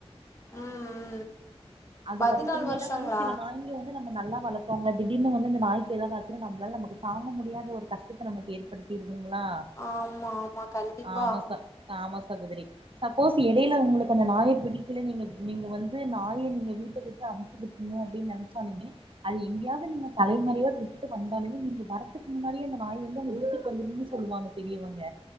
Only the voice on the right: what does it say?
அது
வரைக்குமே
ஏனா வந்து சில நாய்ங்க இதுல்ல நம்ம நல்ல வளத்துவாங்க திடீர்னு வந்து அந்த நாய்க்கு எதாது ஆச்சினா நம்ளால நமக்கு தாங்க முடியாத ஒரு கஷ் டத்த நமக்கு ஏற்படுத்திருதுங்களா
ஆமா ச ஆமா சகோதரி சப்போஸ் எடையில உங்களுக்கு அந்த நாய பிடிக்கல நீங்க நீங்க வந்து நாய நீங்க வீட்ட விட்டு அம்ச்சிவிட்டுரனு அப்டின்னு நெனச்சாலுமே அது எங்கயாவது நீங்க தலைமறைவா விட்டுட்டு வந்தாலுமே நீங்க வரத்துக்கு முன்னாடியே அந்த நாய் வந்து ஒங்க வீட்டு கொஞ்சுமுன்னு சொல்லுவாங்க பெரியவங்க